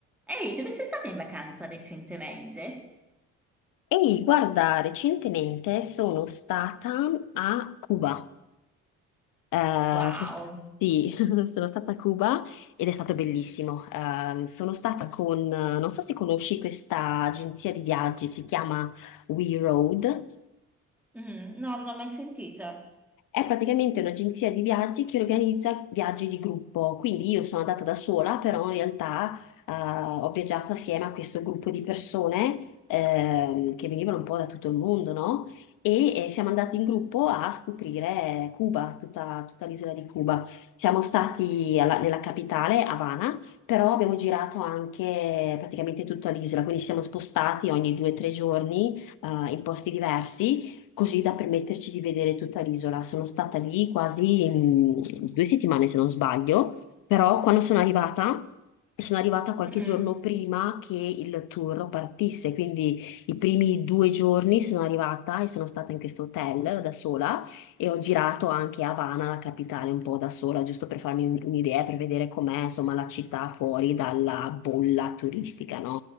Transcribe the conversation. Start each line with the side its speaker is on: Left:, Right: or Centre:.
Centre: Ehi, dove sei stata in vacanza recentemente?
Left: Ehi, guarda, recentemente sono stata a Cuba. Eh,
Centre: Wow,
Left: sono sta- sì, <laughs> sono stata a Cuba ed è stato bellissimo. Eh, sono stata con, non so se conosci questa agenzia di viaggi, si chiama We Road.
Centre: Mm, no, non l'ho mai sentita.
Left: È praticamente un'agenzia di viaggi che organizza viaggi di gruppo, quindi io sono andata da sola, però in realtà eh, ho viaggiato assieme a questo gruppo di persone ehm, che venivano un po' da tutto il mondo, no? E eh, siamo andati in gruppo a scoprire Cuba, tutta, tutta l'isola di Cuba. Siamo stati alla- nella capitale, Havana, però abbiamo girato anche praticamente tutta l'isola, quindi ci siamo spostati ogni due o tre giorni eh, in posti diversi così da permetterci di vedere tutta l'isola. Sono stata lì quasi mm, due settimane, se non sbaglio, però quando sono arrivata, sono arrivata qualche
Centre: Mm,
Left: giorno prima che il tour partisse, quindi i primi due giorni sono arrivata e sono stata in questo hotel da sola e ho girato anche Havana, la capitale, un po' da sola, giusto per farmi un- un'idea, per vedere com'è, insomma, la città fuori dalla bolla turistica, no?